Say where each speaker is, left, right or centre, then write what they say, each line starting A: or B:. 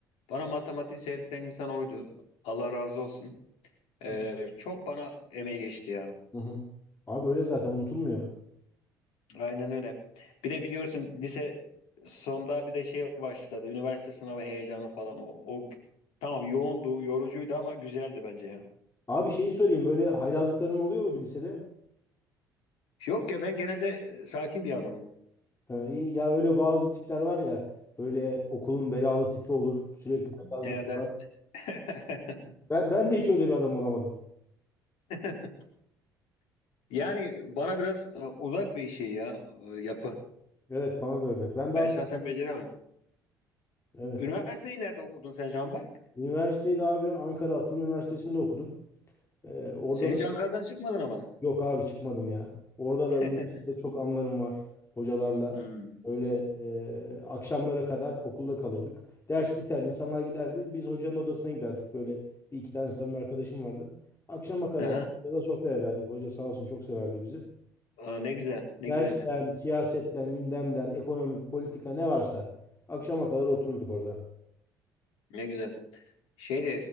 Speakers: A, on the left (about 65°); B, on the left (about 25°).
A: bana matematiği sevdiren insan oydu. Allah razı olsun. Ee,
B: Hı
A: çok bana emeği geçti ya.
B: hı. hı. Abi öyle zaten unutulmuyor.
A: Aynen öyle. Bir de biliyorsun lise sonda bir de şey başladı. Üniversite sınavı heyecanı falan. O, o tamam yoğundu, yorucuydu ama güzeldi bence ya.
B: Abi şeyi sorayım. Böyle haylazlıkların oluyor muydu lisede?
A: Yok ya ben genelde sakin bir adamım.
B: Ee, iyi. ya öyle bazı tipler var ya. Böyle okulun belalı tipi olur. Sürekli haylazlık
A: Evet.
B: yapar.
A: evet.
B: Ben, ben de hiç öyle bir adam olamadım.
A: <laughs> Yani bana biraz e, uzak bir şey ya e, yapı.
B: Evet bana da öyle. Ben daha
A: Ben
B: saf-
A: şahsen beceremem.
B: Evet.
A: Üniversiteyi nerede okudun sen Canberk?
B: Üniversiteyi de abi Ankara Atılım Üniversitesi'nde okudum. Ee, orada
A: Sen hiç
B: da
A: Ankara'dan çıkmadın ama.
B: yok abi çıkmadım ya. Orada
A: <laughs>
B: da üniversitede çok anlarım var hocalarla.
A: Hmm.
B: Öyle e, akşamlara kadar okulda kalırdık. Ders biter, insanlar giderdi. Biz hocanın odasına giderdik. Böyle bir iki tane samimi arkadaşım vardı. Akşama kadar
A: Aha.
B: da sohbet ederdik. Hoca sağ olsun çok severdi bizi.
A: Aa, ne güzel, ne
B: Dersten,
A: güzel,
B: siyasetten, gündemden, ekonomi, politika ne varsa akşama kadar otururduk orada.
A: ne güzel. Şeydi,